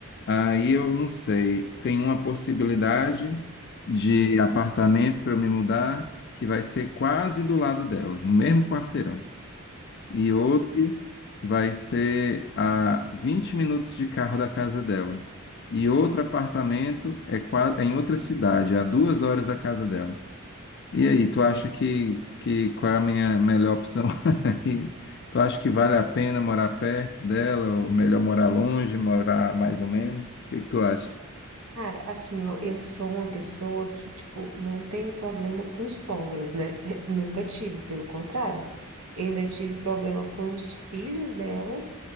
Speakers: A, on the left; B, on the right.
A: aí eu não sei. Tem uma possibilidade de
B: Hum.
A: apartamento para eu me mudar que vai ser quase do lado dela, no mesmo quarteirão e outro vai ser a 20 minutos de carro da casa dela. E outro apartamento é, qua- é em outra cidade, a duas horas da casa dela. E aí, tu acha que, que qual é a minha melhor opção? <laughs> E Tu acha que vale a pena morar perto dela, ou melhor morar longe, morar mais ou menos? O que que tu acha?
B: Cara, assim, ó, eu sou uma pessoa que, tipo, não tenho problema com sogras, né? <laughs> Nunca tive, pelo contrário. Eu ainda tive problema com os filhos dela